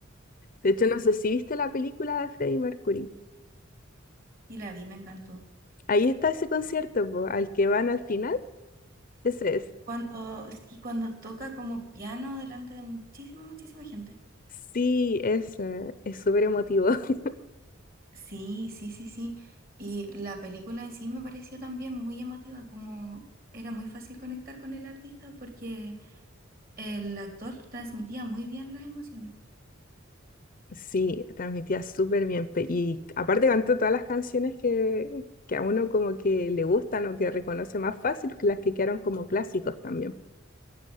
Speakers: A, on the left (about 45°); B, on the right (about 45°).
A: De hecho, no sé si viste la película de Freddie Mercury.
B: Y la vi, me encantó.
A: Ahí está ese concierto, po, al que van al final, ese es.
B: Cuando, sí, cuando toca como piano delante de muchísima, muchísima gente.
A: Sí, es, eh, es súper emotivo. <laughs>
B: Sí, sí, sí, sí. Y la película en sí me pareció también muy llamativa, como era muy fácil conectar con el artista porque el actor transmitía muy bien las emociones.
A: Sí, transmitía súper bien. pe- Y aparte cantó todas las canciones que, que a uno como que le gustan o que reconoce más fácil que las que quedaron como clásicos también.